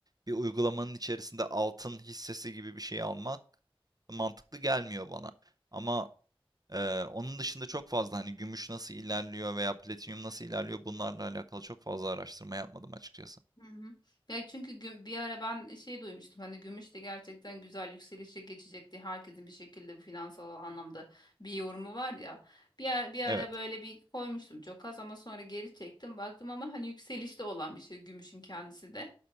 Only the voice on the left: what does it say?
Hı hı. Ya çünkü güm- bir ara ben şey duymuştum hani gümüş de gerçekten güzel yükselişe geçecekti. Herkesin bir şekilde bir finansal anlamda bir yorumu var ya. Bir ara, bir ara
böyle bir koymuştum çok az ama sonra geri çektim. Baktım ama hani yükselişte olan bir şey gümüşün kendisi de.